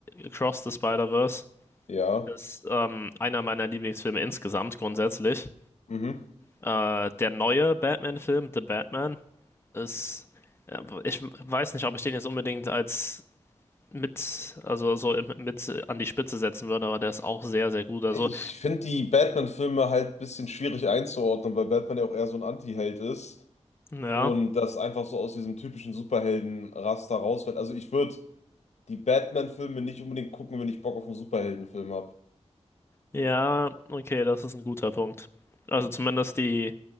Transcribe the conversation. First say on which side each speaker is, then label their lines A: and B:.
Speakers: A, on the left; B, on the left.
A: Across the Spider-Verse
B: Ja.
A: ist ähm, einer meiner Lieblingsfilme insgesamt grundsätzlich.
B: Mhm.
A: Äh, der neue Batman-Film, The Batman, ist. ja, Ich weiß nicht, ob ich den jetzt unbedingt als mit, also so im- mit an die Spitze setzen würde, aber der ist auch sehr, sehr gut. Also,
B: Ich finde die Batman-Filme halt ein bisschen schwierig einzuordnen, weil Batman ja auch eher so ein Anti-Held ist
A: ja.
B: und das einfach so aus diesem typischen Superhelden-Raster rausfällt. Also ich würde die Batman-Filme nicht unbedingt gucken, wenn ich Bock auf einen Superheldenfilm habe.
A: Ja, okay, das ist ein guter Punkt. Also zumindest die,